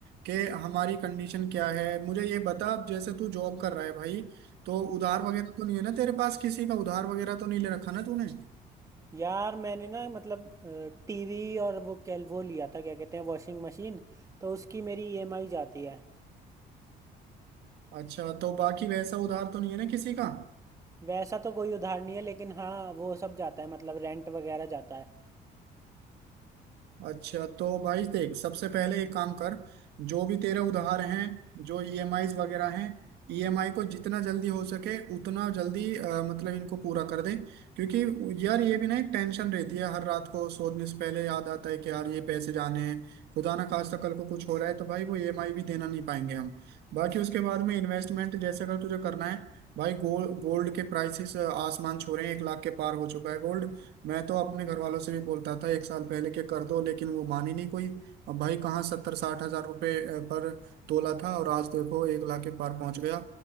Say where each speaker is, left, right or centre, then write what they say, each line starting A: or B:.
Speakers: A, on the right (about 75°); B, on the right (about 20°).
A: कि हमारी कंडीशन क्या है मुझे ये बता अब जैसे तू जॉब कर रहा है भाई तो उधार वगैरह तो नहीं है ना तेरे पास किसी का उधार वगैरह तो नहीं ले रखा ना तूने
B: यार मैंने ना मतलब टीवी और वो क्या वो लिया था क्या कहते हैं वॉशिंग मशीन तो उसकी मेरी ईएमआई जाती है
A: अच्छा तो बाकी वैसा उधार तो नहीं है ना किसी का
B: वैसा तो कोई उधार नहीं है लेकिन हाँ वो सब जाता है मतलब रेंट वगैरह जाता है
A: अच्छा तो भाई देख सबसे पहले एक काम कर जो भी तेरे उधार हैं जो ईएमआईज वगैरह हैं ईएमआई को जितना जल्दी हो सके उतना जल्दी अ, मतलब इनको पूरा कर दे क्योंकि यार ये भी ना एक टेंशन रहती है हर रात को सोने से पहले याद आता है कि यार ये पैसे जाने हैं खुदा ना खास्ता कल को कुछ हो रहा है तो भाई वो ईएमआई भी देना नहीं पाएंगे हम बाकी उसके बाद में इन्वेस्टमेंट जैसे अगर तुझे करना है भाई गोल्ड गोल्ड के प्राइसेस आसमान छू रहे हैं एक लाख के पार हो चुका है गोल्ड मैं तो अपने घर वालों से भी बोलता था एक साल पहले के कर दो लेकिन वो मानी नहीं कोई अब भाई कहाँ सत्तर साठ हजार रुपये अ, पर तोला था और आज देखो एक लाख के पार पहुंच गया